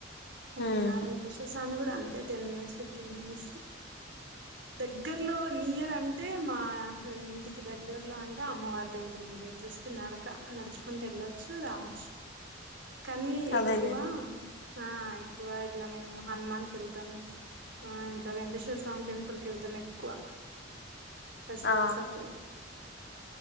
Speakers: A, on the right; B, on the left.
A: ఇంకా
B: ఉమ్
A: వెంకటేశ్వర స్వామి కూడా అంతే టెన్ మినిట్స్ ఫిఫ్టీన్ మినిట్స్. దగ్గరలో నియర్ అంటే మా ఇంటికి దగ్గరలో అంటే అమ్మవారి టెంపుల్ ఉండేది జస్ట్. నడక నడుచుకుంటూ వెళ్ళొచ్చు రావచ్చు. కానీ
B: అదేలేండి
A: ఎక్కువ. ఆ ఎక్కువ ఇట్లా మేము హనుమాన్ క వెళ్తాం ఆ ఇంకా వెంకటేశ్వర స్వామి టెంప్. పుల్ కి వెళ్తాం ఎక్కువ ఫెస్టివల్స్
B: ఆ
A: అప్పుడు.